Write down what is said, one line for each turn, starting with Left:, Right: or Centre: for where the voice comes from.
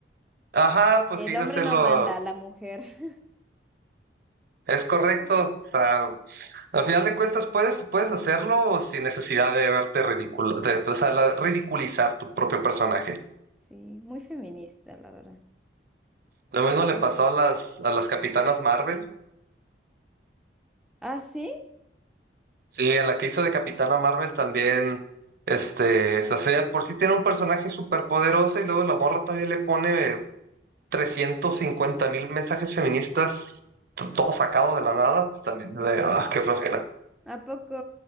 Right: Ajá, pues
Centre: El
Right: quise
Centre: hombre
Right: hacerlo,
Centre: no manda, la mujer. <laughs>
Right: es correcto,
Centre: Mm.
Right: o sea, al final de cuentas puedes, puedes hacerlo sin necesidad de verte ridículo, de, o sea, la- ridiculizar tu propio personaje.
Centre: Sí, muy feminista, la verdad.
Right: Lo mismo le
Centre: Pero...
Right: pasó a las, a las Capitanas Marvel,
Centre: Ah, ¿sí?
Right: sí, a la que hizo de Capitana Marvel también, este, o sea, se- por sí tiene un personaje súper poderoso y luego la morra todavía le pone trescientos cincuenta mil mensajes feministas, t- todo sacado de la nada, pues también, de, ah, qué flojera.
Centre: ¿A poco?